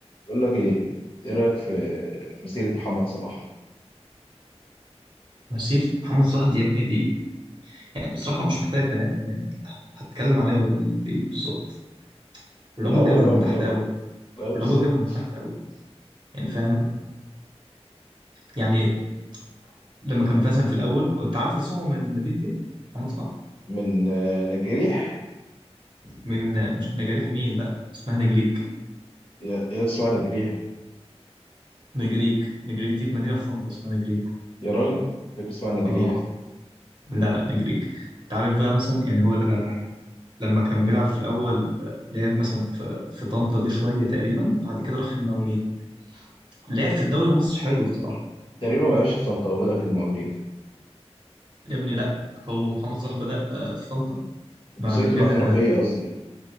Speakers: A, on the left (about 55°); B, on the right (about 45°).
A: بقول لك ايه ايه رايك في مسيره محمد صلاح
B: مسيرة محمد صلاح دي يا ابني دي يعني بصراحة مش محتاجة كلام يعني هتكلم عليها ولا إيه بالظبط الراجل
A: من الاول
B: جابها
A: بقى
B: من
A: من
B: تحت
A: الاول
B: قوي
A: ايوه بالظبط
B: الراجل جابها من تحت قوي يعني فاهم يعني لما كان مثلا في الأول وأنت عارف أصلا هو من مدينة إيه؟ محمد صلاح
A: من آه، نجريح
B: من مش نجاريح مين لا اسمها نجريك
A: يا يا اسمها نجريح
B: نجريك نجريك دي في مدينة في طنطا اسمها نجريك
A: يا راجل فاكر اسمها نجريح
B: اه لا لا نجريك أنت عارف بقى مثلا يعني هقول لك على حاجة لما كان بيلعب في الأول آه، لعب مثلا في في طنطا دي شوية تقريبا بعد كده راح المقاولين لعب في الدوري المصري حلو الصراحة
A: تقريبا ما لعبش في طنطا وبدا في المقاولين
B: يا ابني لا هو محمد صلاح بدأ آه، في طنطا
A: مسيرته
B: بعد كده
A: الاحترافيه قصدي